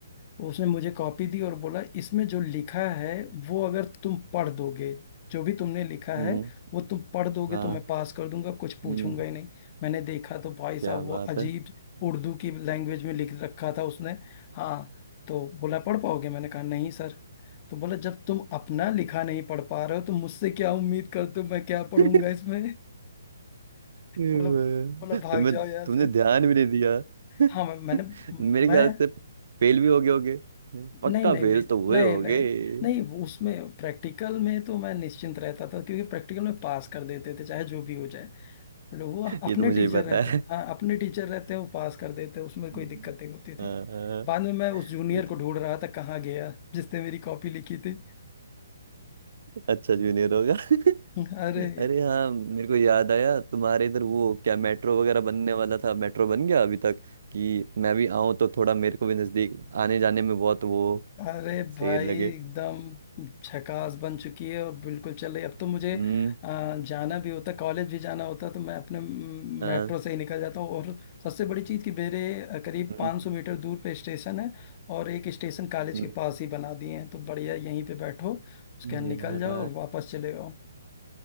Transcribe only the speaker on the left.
तो उसने मुझे कॉपी दी और बोला इसमें जो लिखा है वो अगर तुम पढ़ दोगे जो भी तुमने लिखा
है वो तुम पढ़ दोगे
तो मैं पास कर दूंगा कुछ पूछूंगा
ही नहीं मैंने देखा तो भाई साहब
वो अजीब
उर्दू की लैंग्वेज में लिख रखा था उसने हाँ तो बोला पढ़ पाओगे मैंने कहा नहीं सर तो बोला जब तुम अपना लिखा नहीं पढ़ पा रहे हो तो मुझसे क्या उम्मीद करते हो मैं क्या पढ़ूंगा
इसमें
मतलब मतलब
भाग जाओ यहाँ
से
हाँ मैं, मैंने
मैं
नहीं नहीं
नहीं
नहीं
नहीं नहीं
वो उसमें प्रैक्टिकल में तो मैं निश्चिंत रहता था क्योंकि प्रैक्टिकल में पास कर देते थे चाहे जो भी हो जाए मतलब वो
अपने
टीचर
रहते
हाँ अपने टीचर रहते हैं वो पास कर देते उसमें कोई
दिक्कत नहीं होती थी
बाद में मैं उस जूनियर
को ढूंढ रहा था कहाँ गया जिसने मेरी कॉपी लिखी थी
<laughs> अरे
अरे
भाई
एकदम झकास बन चुकी है और बिल्कुल चल रही है। अब तो मुझे
अ, जाना भी होता कॉलेज भी जाना होता तो मैं अपने म,
मेट्रो से ही निकल जाता हूँ और सबसे बड़ी चीज़ कि मेरे अ, करीब
500 मीटर दूर पे स्टेशन है और एक स्टेशन कॉलेज
के पास ही बना दिए हैं तो बढ़िया यहीं पे बैठो उसके बाद निकल
जाओ और वापस चले जाओ